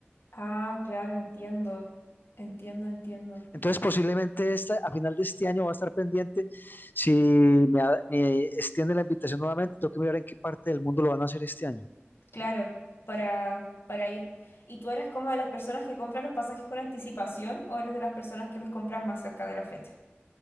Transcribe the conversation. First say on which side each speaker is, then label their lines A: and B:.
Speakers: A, on the left; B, on the left.
A: Ah, claro, entiendo. Entiendo, entiendo.
B: Entonces, posiblemente esta, a final de este año va a estar pendiente. Si me, ha- me, extiende la invitación nuevamente, tengo que mirar en qué parte del mundo lo van a hacer este año.
A: Claro, para, para ir. ¿Y tú eres como de las personas que compran los pasajes con anticipación o eres de las personas que los compras más cerca de la fecha?